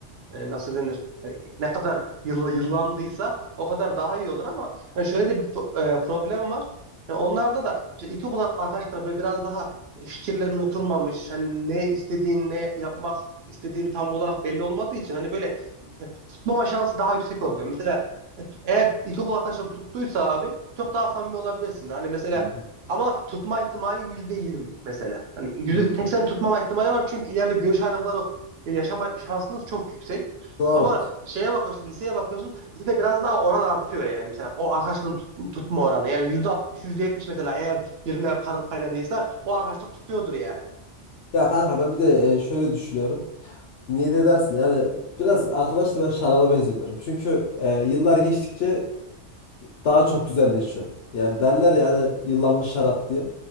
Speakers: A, on the right; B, on the left.
A: e, nasıl denir E, ne kadar yıll- yıllandıysa o kadar daha iyi olur ama yani şöyle de bir pro- e, problem var. Yani onlarda da işte ilk arkadaşlar böyle biraz daha fikirlerin oturmamış hani ne istediğin ne yapmak istediğin tam olarak belli olmadığı için hani böyle e, tutmama şansı daha yüksek oluyor. Mesela eğer ilkokul arkadaşları tuttuysa abi çok daha samimi olabilirsin. Hani mesela
B: Hı hı.
A: ama tutma ihtimali yüzde yirmi mesela. Hani yüzde
B: Hmm.
A: seksen tutmama ihtimali var çünkü ileride görüş ayrılıkları e, yaşama şansınız çok yüksek.
B: Doğru.
A: Ama şeye bakıyorsun, liseye bakıyorsun. Lisede biraz daha oran artıyor yani. Mesela o arkadaşlığın tut- tutma oranı. Yani yüzde altmış, yüzde yetmiş mesela eğer birine karın kaynadıysa o arkadaşlık tutuyordur yani.
B: Ya kanka ben bir de e, şöyle düşünüyorum. Niye de dersin? Yani biraz arkadaşla ben şaraba benziyorum. Çünkü e, yıllar geçtikçe daha çok güzelleşiyor. Yani derler yani yıllanmış şarap diye.